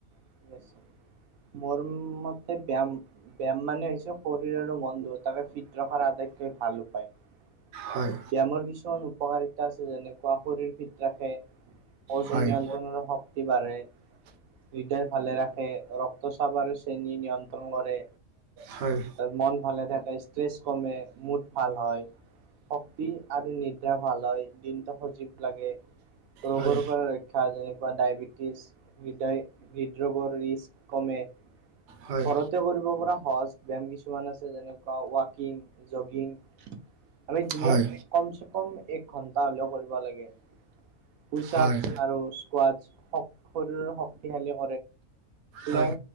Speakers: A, on the right; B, on the right.
A: <unintelligible> মোৰ মতে ব্যায়াম। ব্যায়াম মানে হৈছে শৰীৰ আৰু মন দুয়োটাকে ফিট ৰখাৰ আটাইতকৈ ভাল পায়। ব্যায়ামৰ
B: হয়,
A: কিছুমান উপকাৰিতা আছে যেনেকুৱা শৰীৰ ফিট ৰাখে। ওজন
B: হয়।
A: নিয়ন্ত্ৰণৰ
B: <inaudible>
A: শক্তি বাঢ়ে, হৃদয় ভালে ৰাখে ৰক্তচাপ আৰু শ্ৰেণী নিয়ন্ত্ৰণ কৰে।
B: হয়।
A: ত মন ভালে থাকে ষ্ট্ৰেছ কমে মুড ভাল হয়। শক্তি আৰু নিদ্ৰা ভাল হয় দিনটো সজীৱ লাগে। ৰোগৰ
B: হয়,
A: পৰা ৰক্ষা যেনেকুৱা ডায়বেটিছ হৃদয়। হৃদৰোগৰ ৰি্কস কমে
B: হয়।
A: ঘৰতে কৰিব পৰা সহজ। বায়াম কিছুমান আছে যেনেকুৱা ৱাকিং জগিং। মানে দিনত
B: হয়।
A: কম চে কম এক ঘন্টা হলেও কৰিব লাগে। পুচাপ
B: হয়। হয়,
A: আৰু স্কোৱাছ শৰীৰৰ শক্তিশালী। লেং
B: হয়, হয়।